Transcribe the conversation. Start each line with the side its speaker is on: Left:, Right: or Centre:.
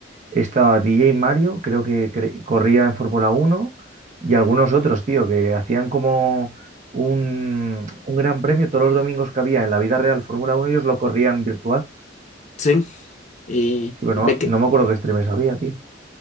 Right: estaba DJ Mario, creo que cre- corría en Fórmula Uno y algunos otros, tío, que hacían como un, un gran premio todos los domingos que había en la vida real Fórmula 1, ellos lo corrían virtual.
Left: sí. Y
Right: Sí, pero no,
Left: me, que-
Right: no me acuerdo qué streamers había, tío.